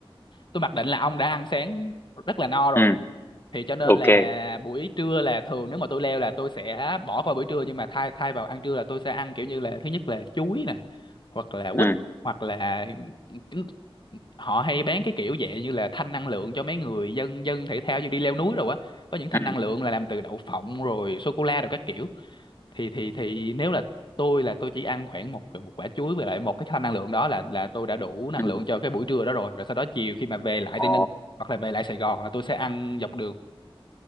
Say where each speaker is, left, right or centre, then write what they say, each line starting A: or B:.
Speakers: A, on the left; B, on the left.
A: tôi mặc định là ông đã ăn sáng rất là no rồi
B: ừ,
A: thì cho nên
B: ok
A: là buổi trưa là thường nếu mà tôi leo là tôi sẽ bỏ qua buổi trưa nhưng mà thay thay vào ăn trưa là tôi sẽ ăn kiểu như là thứ nhất là chuối nè hoặc là
B: ừ
A: quýt hoặc là trứng- họ hay bán cái kiểu dạng như là thanh năng lượng cho mấy người dân dân thể thao như đi leo núi rồi á có những thanh
B: ừ
A: năng lượng là làm từ đậu phộng rồi sô cô la rồi các kiểu thì thì thì nếu là tôi là tôi chỉ ăn khoảng một một quả chuối với lại một cái thanh năng lượng đó là là tôi đã đủ năng
B: ừ
A: lượng cho cái buổi trưa đó rồi rồi sau đó chiều khi mà về lại
B: Ờ,
A: Tây Ninh hoặc là về lại Sài Gòn là tôi sẽ ăn dọc đường